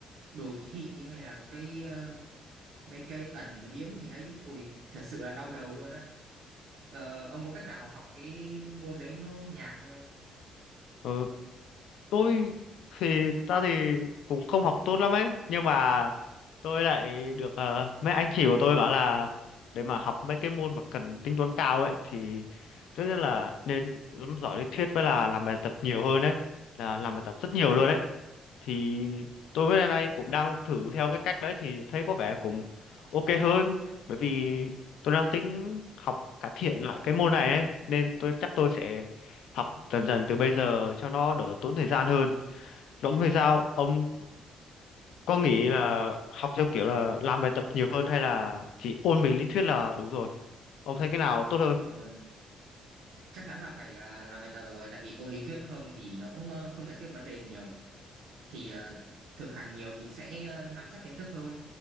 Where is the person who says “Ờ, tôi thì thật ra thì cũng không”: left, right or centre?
Left